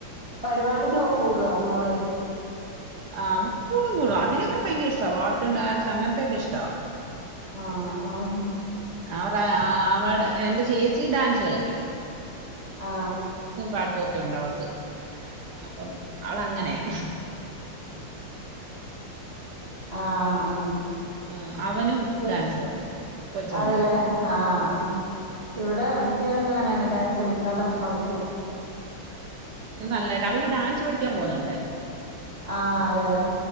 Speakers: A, on the right (about 25°); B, on the right (about 75°).
A: പരുപാടിക് ഒക്കെ കൂടുമോ മോള്
B: ആഹ് കൂടും കൂടും അതിനൊക്കെ ഫയങ്കര ഇഷ്ടമാ പാട്ടും ഡാൻസ് അങ്ങനത്തെ ഒക്കെ ഇഷ്ടമാ
A: ആ ആ
B: അവരെ അവടെ എന്റെ ചേച്ചിയും ഡാൻസ് കളിക്കും
A: ആ
B: പാട്ടുവൊക്കെ ഉണ്ട് അവൾക്ക് അപ്പം അവൾ അങ്ങനെയാ
A: ആ ആഹ്
B: ആഹ് അവനും
A: ഓ
B: ഡാൻസ് കളിക്കും. കൊച്ചവനും.
A: അതേല്ലേ ആഹ്
B: ഉം.
A: ആ ഇവിടെ <unintelligible> ഡാൻസ് നല്ലോണം കളിക്കും
B: ഉം നല്ലതായിട്ട് അവള് ഡാൻസ് പടി ക്കാൻ പോന്നുണ്ട്
A: ആ അതേടാ